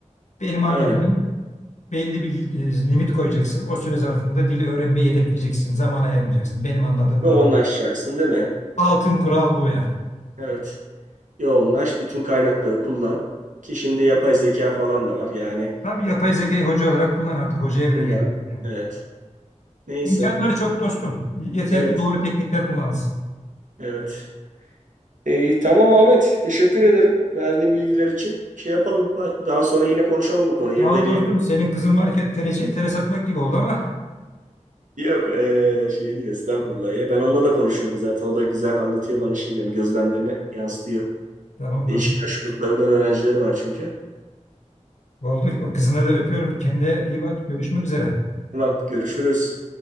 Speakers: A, on the left (about 70°); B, on the right (about 80°).
A: Benim anladığım
B: Aynen.
A: belli bir e, limit koyacaksın. O süre zarfında dili öğrenmeyi hedefleyeceksin. Zamana yaymayacaksın. Benim anladığım
B: Ve
A: budur.
B: yoğunlaşacaksın değil mi?
A: Altın kural bu yani.
B: Evet. yoğunlaş, bütün kaynakları kullan. Ki şimdi yapay zeka falan da var. Yani
A: Tabii yapay
B: e,
A: zekayı hoca olarak kullan artık. Hocaya bile
B: kullan.
A: gerek yok yani.
B: Evet. Neyse.
A: İmkanları çok dostum. Yeter
B: Evet.
A: ki doğru teknikler kullanılsın.
B: Evet. İyi, tamam Ahmet. Teşekkür ederim verdiğin bilgiler için. Şey yapalım. Daha sonra yine konuşalım bu konuyu,
A: Sağ
B: irdeleyelim.
A: ol dostum. Senin kızın varken tereciye tere satmak gibi oldu ama.
B: Yok e, şey değil estağfurullah ya. Ben onunla da konuşuyorum zaten. O da güzel anlatıyor bana şeylerini, gözlemlerini yansıtıyor.
A: Tamam
B: Değişik
A: dostum.
B: yaş gruplarından öğrencileri var çünkü.
A: Oldu. O kızına da öpüyorum. Kendine iyi bak. Görüşmek üzere.
B: Tamam, görüşürüz.